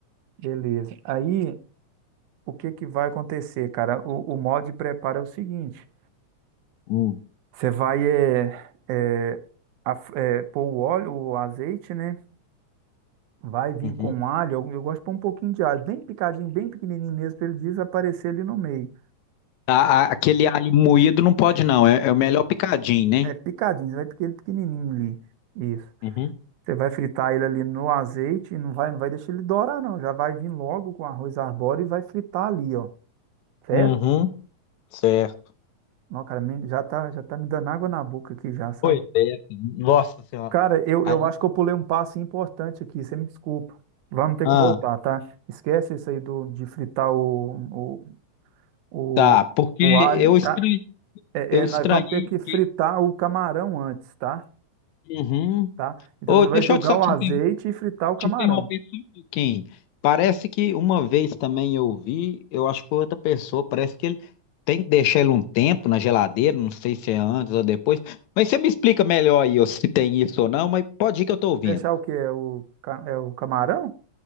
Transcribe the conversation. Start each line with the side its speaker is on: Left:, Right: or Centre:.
Right: Beleza. Aí o que que vai acontecer, cara? O, o modo de preparo é o seguinte:
Left: Hum.
Right: você vai é, é, af- é, pôr o óleo, o azeite, né? Vai vir
Left: Uhum.
Right: com alho. Eu, eu gosto de pôr um pouquinho de alho, bem picadinho, bem pequenininho mesmo, para ele desaparecer ali no meio.
Left: A- a- aquele alho moído não pode não, é, é o melhor picadinho, né?
Right: É picadinho, você vai picar ele pequenininho ali. Isso.
Left: Uhum.
Right: Você vai fritar ele ali no azeite, não vai, não vai deixar ele dourar, não. Já vai vir logo com arroz arbóreo e vai fritar ali, ó. Certo?
Left: Uhum. Certo.
Right: Não, cara, me- já tá, já tá me dando água na boca aqui já, sabe?
Left: Pois é, nossa senhora.
Right: Cara, eu,
Left: Aí,
Right: eu acho que eu pulei um passo importante aqui, você me desculpa. Vamos ter
Left: ah,
Right: que voltar, tá? Esquece isso aí do, de fritar o, o, o,
Left: tá, porque
Right: o alho,
Left: eu estranhei,
Right: tá? É,
Left: eu
Right: é,
Left: estranhei
Right: nós vamos ter que fritar
Left: que...
Right: o camarão antes, tá?
Left: Uhum.
Right: Tá? Então
Left: Ô,
Right: você
Left: deixa
Right: vai jogar
Left: eu só
Right: o
Left: te
Right: azeite
Left: interromper.
Right: e fritar o camarão.
Left: Te interromper só um pouquinho. Parece que uma vez também eu vi, eu acho que foi outra pessoa, parece que ele tem que deixar ele um tempo na geladeira, não sei se é antes ou depois. Mas você me explica melhor aí ó, se tem isso ou não, mas pode ir que eu tô ouvindo.
Right: Deixar o quê? É o, ca- é o camarão?